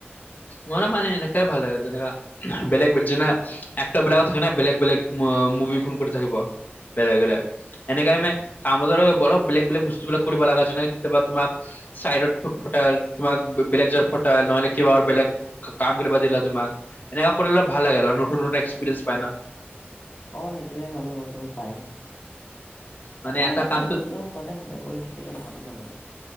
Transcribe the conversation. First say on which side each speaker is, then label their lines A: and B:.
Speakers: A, on the left; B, on the left.
A: মোৰো মানে এনেকুৱাই ভাল লাগে যেনেকা বেলেগ বেলে', যেনা', এক্টৰ বেলেগ থাকে না, বেলেগ বেলেগ মুভি খন কৰি থাকিব বেলেগ বেলেগ', এনেকে আমি, কাম ধৰা, <unintelligible> বেলেগ, বেলেগ বস্তুবিলাক কৰিব লগা, যেনেকে কেতিয়াবা তোমাক চাইডৰ পঠাল। তোমাক, বেলেগ জেগাত পঠাল, নহ'লে কিবা আৰু বেলেগ, কাম কৰিব দিলা তোমাক? এনেকুৱা কৰিলে ভাল লাগে আৰু নতুন নতুন এক্সপিৰিয়েঞ্চ পায় না!
B: অ', সেইটোৱে নতুন নতুন পায় হা',
A: মানে
B: এটাই
A: এটা
B: এটাই
A: কামটো
B: বস্তু', সেইটো সদায় সদায় কৰি থাকিলে ভালো নালাগে',